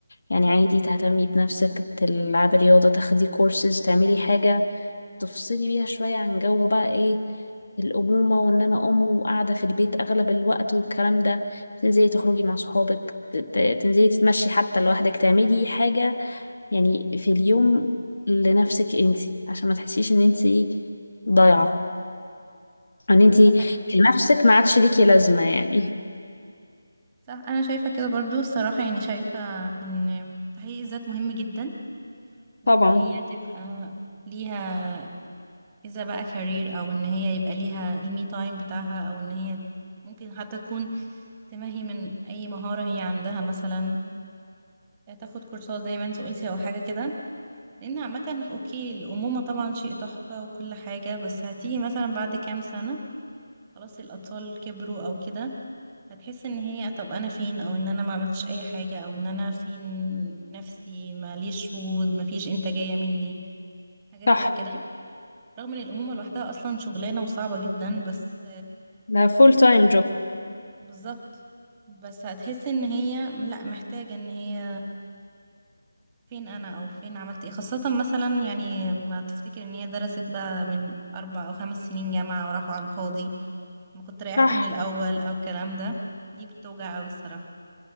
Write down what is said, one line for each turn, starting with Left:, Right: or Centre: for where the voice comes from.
Left: يعني عادي تهتمي بنفسك تلعبي رياضة تاخدي كورسز تعملي حاجة تفصلي بيها شوية عن جو بقى ايه الأمومة وإن أنا أم وقاعدة في البيت أغلب الوقت والكلام ده تنزلي تخرجي مع صحابك ت- ت- تنزلي تتمشي حتى لوحدك تعملي حاجة يعني في اليوم لنفسك انتي عشان ما تحسيش ان انتي ضايعة ان انتي
Right: ده حقيقي صح
Left: كنفسك ما عادش ليكي لازمة يعني
Right: صح انا شايفه كده برضو الصراحه يعني شايفه ان تحقيق الذات مهم جدا وان
Left: طبعا
Right: هي تبقى ليها إذا بقى كارير أو إن هي يبقى ليها المي تايم بتاعها أو إن هي ممكن حتى تكون تمهي من أي مهارة هي عندها مثلا تاخد كورسات زي ما انت قلتي أو حاجة كده لأن عامة أوكي الأمومة طبعا شيء تحفة وكل حاجة بس هتيجي مثلا بعد كام سنة خلاص الأطفال كبروا أو كده هتحس إن هي طب أنا فين أو إن أنا ما عملتش أي حاجة أو إن أنا فين نفسي ماليش وجود مفيش إنتاجية مني حاجات
Left: صح
Right: زي كده رغم ان الامومه لوحدها اصلا شغلانه وصعبه جدا بس
Left: ده فول تايم جوب
Right: بالظبط بس هتحسي ان هي لا محتاجة ان هي فين انا او فين عملت ايه خاصة مثلا يعني ما تفتكر ان هي درست بقى من اربع او خمس سنين جامعة وراحوا على الفاضي ما كنت ريحت
Left: صح
Right: من الاول او الكلام ده دي بتوجع اوي الصراحة